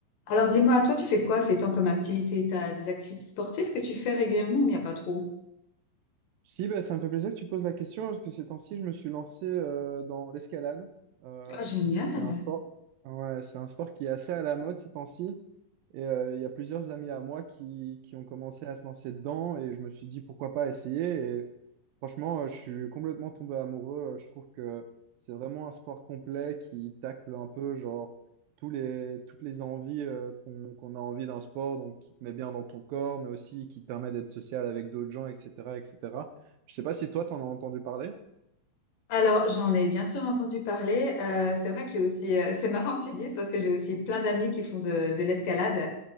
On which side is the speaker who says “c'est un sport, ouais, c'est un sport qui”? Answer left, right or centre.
Right